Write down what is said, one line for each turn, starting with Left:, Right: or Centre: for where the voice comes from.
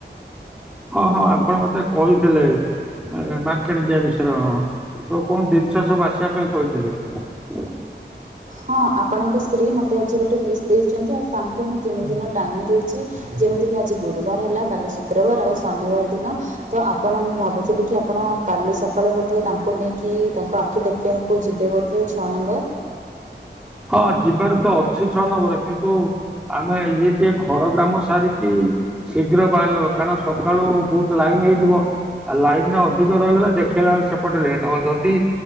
Centre: ହଁ ହଁ ଆପଣ ମତେ କହିଥିଲେ ମାର୍କେଟ ଯିବା ବିଷୟରେ ହଁ ସ କଣ ଜିନିଷ ସବୁ ଆସିବା ପାଇଁ କହିଥିଲେି
Right: ହଁ ଆପଣଙ୍କ ସ୍ତ୍ରୀ ମତେ ଆଜି ଗୋଟେ ମିସ୍ ଦେଇଛନ୍ତି ଆଉ ତାଙ୍କୁ ମୁଁ ତିନି ଦିନ ଟାଇମ ଦେଇଛି ଯେମିତିକି ଆଜି ଗୁରୁବାର ହେଲା କାଲି ଶୁକ୍ରବାର ଆଉ ଶନିବାର ଦିନ ତ ଆପଣ ମୁଁ ଭାବୁଥିଲି କି ଆପଣ କାଲି ସକାଳେ ବୋଧେ ତାଙ୍କୁ ନେଇକି ତାଙ୍କ ଆଖି ଦେଖିବାକୁ ଯିବେ ବୋଧେ ଛଅ ନମ୍ବର
Centre: ହଁ ଯିବାରେ ତ ଅଛି ଛଅ ନମ୍ବର କିନ୍ତୁ ଆମେ ଇଏ ଟିକେ ଘର କାମ ସାରିକି ଶୀଘ୍ର ବାହାରିଲ କାରଣ ସକାଳୁ ବହୁତ ଲାଇନ ହେଇଯିବ ଆଉ ଲାଇନା ଅଧିକ ରହିଗଲା ଦେଖେଇଲା ବେଳ ସେପଟେ ଲଟ ହବ ଯଦି